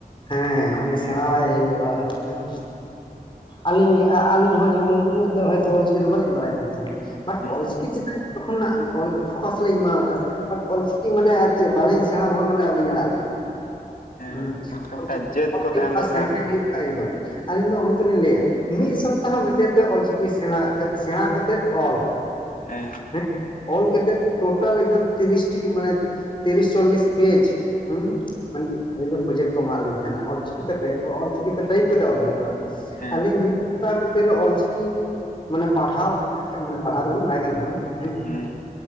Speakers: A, on the left; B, on the left.
A: ᱦᱮᱸ ᱩᱱᱤ ᱥᱮᱬᱟᱣᱟᱭ ᱦᱩᱭᱩᱜᱼᱟ ᱦᱮᱸ ᱟᱹᱞᱤᱧ ᱜᱮ ᱟᱹᱞᱤᱧ ᱦᱚᱸ ᱡᱮᱢᱚᱱ ᱩᱱᱟᱹᱜ ᱫᱚ ᱦᱳᱭᱛᱳ ᱚᱞᱪᱤᱠᱤ ᱫᱚ ᱵᱟᱹᱞᱤᱧ ᱵᱟᱲᱟᱭ ᱠᱟᱱ ᱛᱟᱦᱮᱱᱟ᱾ ᱵᱟᱴ
B: ᱦᱮᱸ
A: ᱚᱞᱪᱤᱠᱤ ᱪᱮᱛᱟᱱ ᱡᱚᱠᱦᱚᱱ, ᱠᱷᱚᱱᱟᱜ ᱯᱷᱳᱠᱟᱥ ᱞᱤᱧ ᱮᱢᱟᱫᱟ ᱵᱟᱴ ᱚᱞᱪᱤᱠᱤ ᱢᱟᱱᱮ ᱟᱨ ᱪᱮᱫ ᱵᱟᱞᱤᱧ ᱥᱮᱬᱟ ᱵᱷᱳᱨ ᱢᱟᱱᱮ ᱵᱟᱹᱞᱤᱧ ᱟᱲᱟᱜ ᱞᱮᱫᱼᱟ᱾
B: ᱦᱮᱸ
A: ᱦᱩᱸ
B: ᱚᱱᱠᱟ ᱢᱤᱫᱴᱟᱝ
A: ᱚᱞᱪᱤᱠᱤ
B: ᱡᱟᱹᱛ ᱠᱚ
A: ᱦᱩᱭᱩᱜ
B: ᱛᱟᱦᱮᱱ ᱫᱚᱨᱠᱟᱨ
A: ᱥᱮᱬᱟᱭ ᱦᱩᱭᱩᱜᱼᱟ ᱮᱠᱫᱚᱢ ᱟᱹᱞᱤᱧ ᱫᱚ ᱚᱱᱟᱛᱮ ᱞᱤᱧ ᱞᱟᱹᱭᱟ᱾ ᱢᱤᱫ ᱥᱚᱯᱛᱟᱦᱚ ᱵᱷᱤᱛᱤᱨ ᱛᱮ ᱚᱞᱪᱤᱠᱤ ᱥᱮᱬᱟ ᱥᱮᱬᱟ ᱠᱟᱛᱮᱫ ᱚᱞ,
B: ᱦᱮᱸ
A: ᱦᱮᱸ ᱚᱞ ᱠᱟᱛᱮᱫ ᱴᱳᱴᱟᱞ ᱮᱠᱫᱚᱢ ᱛᱤᱨᱤᱥᱴᱤ ᱢᱟᱱᱮ ᱛᱤᱨᱤᱥ ᱪᱚᱞᱤᱥ ᱯᱮᱡ ᱦᱮᱸ ᱢᱟᱱᱮ ᱟᱹᱞᱤᱧ ᱫᱚ ᱯᱨᱚᱡᱮᱠᱴ ᱠᱚ ᱮᱢᱟᱜ ᱞᱤᱧ ᱛᱟᱦᱮᱸᱱᱟ ᱚᱞᱪᱤᱠᱤᱛᱮ ᱴᱟᱭᱤᱯ ᱚᱞᱪᱤᱠᱤᱛᱮ ᱴᱟᱭᱤᱯ ᱠᱟᱛᱮ ᱚᱞ ᱦᱩᱭᱩᱜᱼᱟ᱾
B: ᱦᱮᱸ
A: ᱟᱹᱞᱤᱧ ᱢᱤᱫ ᱥ ᱵᱷᱤᱛᱤᱨ ᱨᱮ ᱚᱞᱪᱤᱠᱤ ᱢᱟᱱᱮ ᱯᱟᱲᱦᱟᱣ ᱯᱟᱲᱦᱟᱣ ᱫᱚᱞᱤᱧ ᱵᱟᱲᱟᱭ ᱠᱟᱱ ᱛᱟᱦᱮᱸᱱᱟ᱾ ᱦᱮᱸ
B: ᱦᱩᱸ